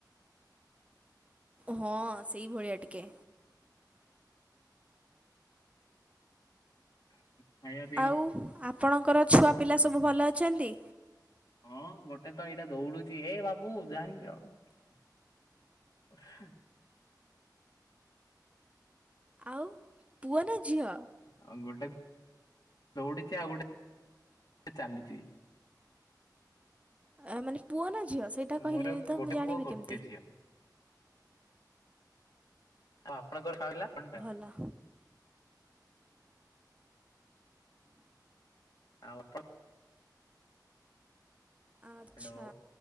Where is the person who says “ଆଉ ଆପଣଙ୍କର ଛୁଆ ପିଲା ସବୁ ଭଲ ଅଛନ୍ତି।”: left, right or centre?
Right